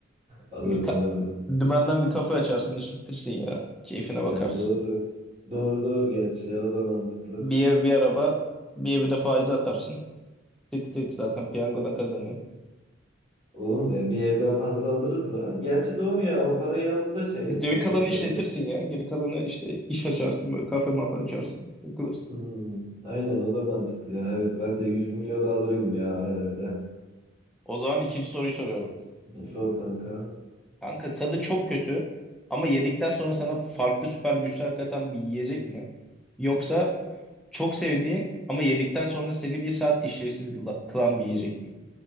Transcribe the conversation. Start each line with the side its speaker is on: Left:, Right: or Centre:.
Right: Alırız
Centre: Bir ka-
Right: abi.
Centre: dümenden bir kafe açarsın işletirsin ya. Keyfine
Right: Ya
Centre: bakarsın.
Right: doğru. Doğru doğru gerçi ya o da mantıklı.
Centre: Bir ev bir araba. Bir evi de faize atarsın. Tık tık zaten piyangodan kazanıyorsun.
Right: Oğlum e, bir evden fazla alırız la. Gerçi doğru ya o parayı alıp da şey yapabiliriz
Centre: Geri kalanı işletirsin
Right: hani.
Centre: ya. Geri kalanı işte iş açarsın böyle kafe mafa açarsın. Takılırsın.
Right: Hmm, aynen o da mantıklı ya. Evet ben de 100 milyon alırım ya herhalde.
Centre: O zaman ikinci soruyu soruyorum.
Right: E, Sor kanka.
Centre: Kanka tadı çok kötü ama yedikten sonra sana farklı süper güçler katan bir yiyecek mi? Yoksa çok sevdiğin ama yedikten sonra seni bir saat işlevsiz kıla- kılan bir yiyecek mi?